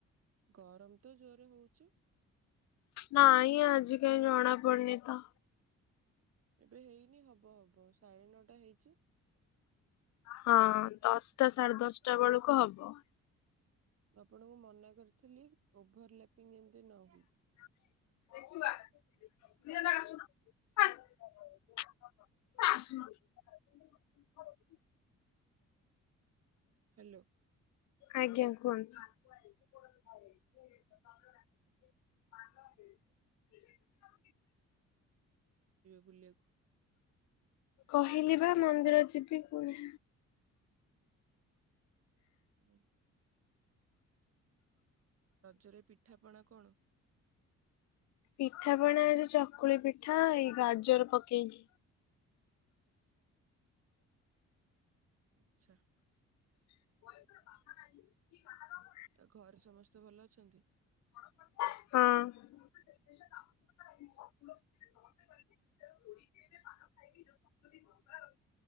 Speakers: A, on the right; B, on the left.
A: ଗରମ ତ ଜୋରେ ହେଉଚି।
B: ନାଇଁ ଆଜି କାଇଁ ଜଣା ପଡୁନିତ।
A: ଏବେ ହେଇନି ହବ ହବ ସାଢେ ନଅଟା ହେଇଚି।
B: ହଁ ଦଶଟା ସାଢେ ଦଶଟା ବେଳ କୁ ହବ।
A: ଆପଣଙ୍କୁ ମନା କରିଥିଲି। ଓଭର ଲାପିଙ୍ଗ ଯେମିତି ନ ହୁଏ।
B: <unintelligible>
A: ହାଲୋ।
B: ଆଜ୍ଞା କୁହନ୍ତୁ। <unintelligible>
A: ବୁଲିଆକୁ।
B: କହିଲି ବା ମନ୍ଦିର ଯିବି ପୁଣି।
A: ଉଁ। ରଜରେ ପିଠାପଣା କଣ?
B: ପିଠାପଣା ଏଇ ଯୋଉ ଚକୁଳି ପିଠା ଏଇ ଗାଜର ପକେଇକି।
A: ଆଚ୍ଛା।
B: <unintelligible>
A: ତ ଘରେ ସମସ୍ତେ ଭଲ ଅଛନ୍ତି?
B: ହୁଁ <unintelligible>